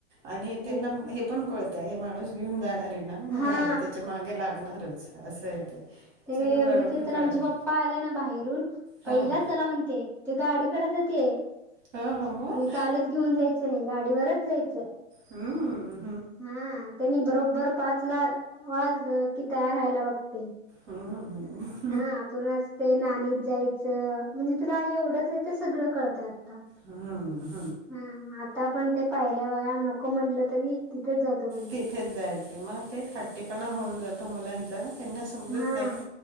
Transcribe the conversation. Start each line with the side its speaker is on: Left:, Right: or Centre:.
Right: आणि त्यांनां
Centre: ते
Right: हे पणं कळतंय हे माणूंस घेऊंन जाणारं आहे नां पूर्ण
Centre: हा
Right: झालं त्यांच्या मागें लागणारंच असं हांय ते
Centre: त्यांने
Right: सगळं
Centre: एवढीचे
Right: बरोबर
Centre: तरं
Right: कळालं.
Centre: आमचें पप्पां आलें नां बाहेरून पहिल्यांच
Right: हां,
Centre: चलां म्हणते ते गाडीकडे जांते
Right: हो, हो मग.
Centre: चालतं घेऊन जायचं नाहीं गाडीवरंच जायचं
Right: हम्मं
Centre: हां त्यांनी बरोबर पांचला वाजलं की तयांर राहायंला बघते
Right: हम्मं हम्मं
Centre: हां आपणं आं ते नाणीत जायचं म्हणजे तुंला एवढंच आहे तरं सगळं कळतंय आत्ताचं
Right: हम्मं
Centre: हम्म आता पण ते पाहीऱ्या बघा नको म्हटलं तरी तिथेच जातोय.
Right: तिथेच जायचं मग ते हट्टीपणा होऊन जातो मुलांचा त्यांना समजत
Centre: हा
Right: नाही.